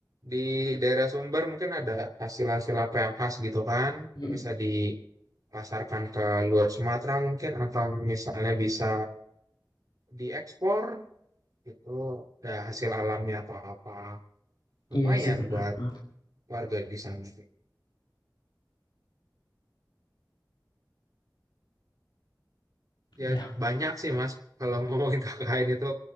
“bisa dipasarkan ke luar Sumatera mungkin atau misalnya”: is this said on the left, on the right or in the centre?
Right